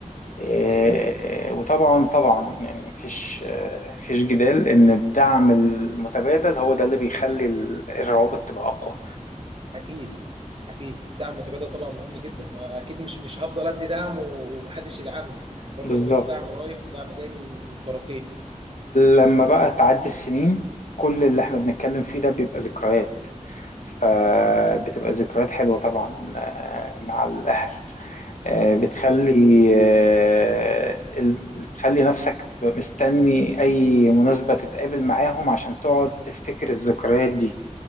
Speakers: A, on the left (about 70°); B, on the right (about 40°).
A: إيه،
B: مظبوط
A: وطبعا طبعا يعني مفيش آه، مفيش جدال ان الدعم المتبادل هو ده اللي بيخلي ال- الروابط تبقى اقوى
B: اكيد اكيد دعم متبادل طبعا مهم جدا ما اكيد مش مش هفضل ادي دعم ومحدش يدعمني يعني برضه
A: بالظبط
B: لازم يبقى في دعم رايح ودعم جاي من من الطرفين
A: لما بقى تعدي السنين كل اللي احنا بنتكلم فيه ده بيبقى ذكريات فبتبقى
B: اكيد
A: ذكريات حلوة طبعا آه، مع الأهل آه، بتخلي
B: مظبوط
A: آه، ال- بتخلي نفسك مستني أي مناسبة تتقابل معاهم عشان تقعد تفتكر الذكريات دي